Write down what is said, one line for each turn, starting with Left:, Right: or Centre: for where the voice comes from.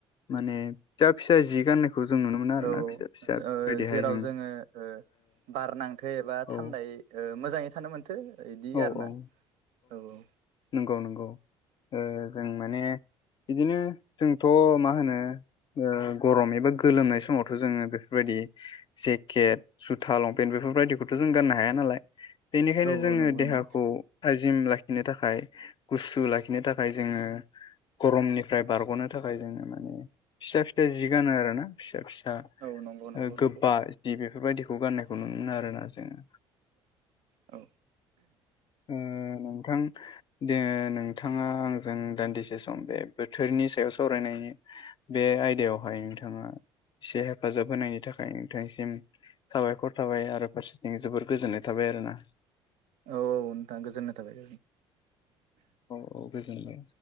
Left: माने फिसा फिसा जि गाननाय खौ जों नुनो मोनो आरोना
Right: औ ओ
Left: फिसा फिसा बेबायदिहाय
Right: जेराव
Left: जों
Right: जोंङो ओ बारनांथो एबा
Left: ओ
Right: थान्दायै ओ मोजाङै थानो मोन थो इदि
Left: औ
Right: आरोना
Left: औ
Right: औ औ
Left: नंगौ नंगौ ओ जों माने बिदिनो जोंथ' मा होनो ओ गरम एबा गोलोमनाय समावथ' जोङो बेफोरबायदि जेकेट जुथा लंपेन्ट बेफोरबायदिखौथ' जों गाननो हाया नालाय बेनिखायनो
Right: औ
Left: जोङो
Right: औ नंगौ नंगौ
Left: अ थाजिम लाखिनो थाखाय गुसु लाखिनो थाखाय जोङो गरमनिफ्राय बारग'नो थाखाय जोङो माने फिसा-फिसा जि गानो आरो ना फिसा-फिसा
Right: औ नंगौ नंगौ
Left: ओ गोबा
Right: नंगौ
Left: जि बेफोरबायाददिखौ गान्नायखौ नुनो आरोना जोङो।
Right: औ
Left: ओ नोंथां दे नोंथाङा आंजों दान्दिसे सम बे बोथोरनि सायाव सावरायनायनि बे आयदायावहाय नोंथाङा एसे हेफाजाब होनायनि थाखाय नोंथांसिम साबायखर थाबाय आरो फारसेथिं जोबोर गोजोननाय थाबाय आरो ना।
Right: औ औ नोंथां गोजोननाय थाबाय।
Left: औ औ गोजोनबाय।